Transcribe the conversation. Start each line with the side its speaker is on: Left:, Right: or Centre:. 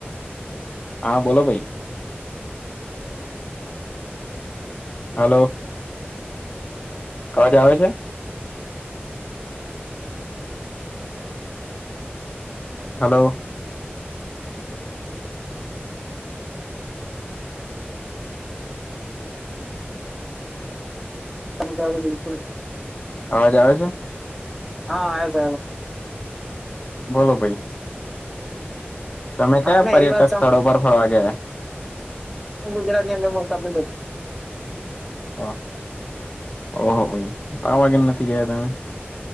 Left: હા બોલો ભાઈ હલોો અવાજ આવે છે હલો
Centre: હ બિક
Left: અવાજ આવે છે
Centre: હા આ જ
Left: બોલો ભાઈ તમે કયા
Centre: હા ને
Left: પર્યટક
Centre: એ વાત
Left: સ્થળો પર ફરવા ગયા
Centre: ગુજરાતની અંદર મસ્ત આપ
Left: હા ઓહો ભાઈ ત વાગે નથી ગયા તમે